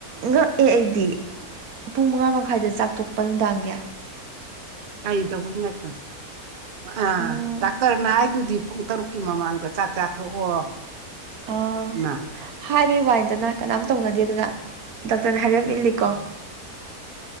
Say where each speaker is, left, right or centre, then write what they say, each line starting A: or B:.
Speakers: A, on the right; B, on the right.
A: ꯉꯛꯑꯦ ꯑꯩꯗꯤ ꯄꯨꯡ ꯃꯉꯥ ꯃꯈꯥꯏꯗ ꯆꯥꯛ ꯇꯣꯛꯄ ꯅꯨꯡꯗꯥꯡꯒꯤ
B: ꯀꯩ ꯇꯧꯕꯩ ꯉꯥꯛꯄ ꯑꯥ
A: ꯎꯝ
B: ꯗꯥꯛꯇꯔꯅ ꯍꯥꯏꯗꯨꯗꯤ ꯄꯨꯡ ꯇꯔꯨꯛ ꯀꯤ ꯃꯃꯥꯡꯗ ꯆꯥꯛ ꯆꯥꯊꯣꯛꯑꯣ
A: ꯑꯥ
B: ꯅꯥ
A: ꯍꯥꯏꯕꯩ ꯋꯥꯅꯤꯗꯅ ꯀꯅꯥꯝ ꯇꯧꯅꯗꯦꯗꯅ ꯗꯥꯛꯇꯔꯅ ꯍꯥꯏꯔꯛ ꯏꯜꯂꯤꯀꯣ